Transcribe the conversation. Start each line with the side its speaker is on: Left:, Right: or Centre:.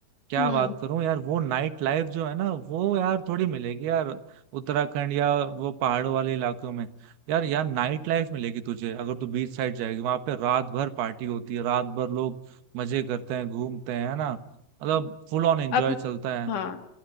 Right: क्या
Left: हम्म
Right: बात करूं यार वो नाइट लाइफ जो है ना वो यार थोड़ी मिलेगी यार उत्तराखंड या वो पहाड़ों वाले इलाकों में यार यहाँ नाइट लाइफ मिलेगी तुझे अगर तू बीच साइड जाएगी वहां पे रात भर पार्टी होती है रात भर लोग मजे करते हैं घूमते हैं है ना मतलब फुल ऑन एंजॉय
Left: अब
Right: चलता है
Left: हाँ